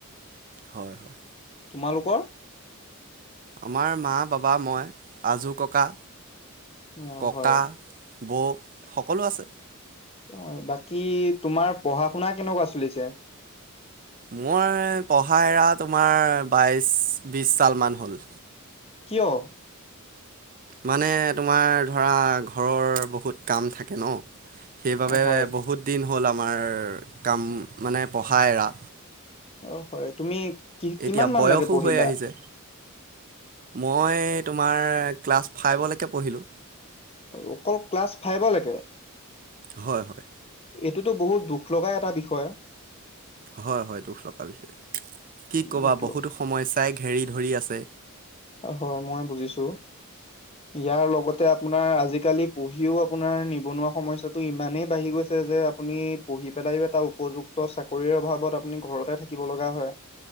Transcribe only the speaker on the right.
হয় হয়।
আমাৰ মা, বাবা, মই, আজো ককা
ককা
বৌ সকলো আছে
মই কহা এৰা তোমাৰ বাইশ বিশ চাল মমান হ'ল
মানে তোমাৰ ধৰা ঘৰৰ বহুত কাম থাকে ন, সেইবাবে
বহুত দিন হ'ল আমাৰ কাম মানে পঢ়া এৰা।
এতিয়া
বয়সো
হৈ আহিছে, মই তোমাৰ ক্লাছ ফাইভলৈকে পঢ়িলোঁ।
হয় হয়।
হয় হয় দুখ লগাৰ বিষয়ে। কি কবা
বহুতো সময় চাইক হেৰি ধৰি আছে।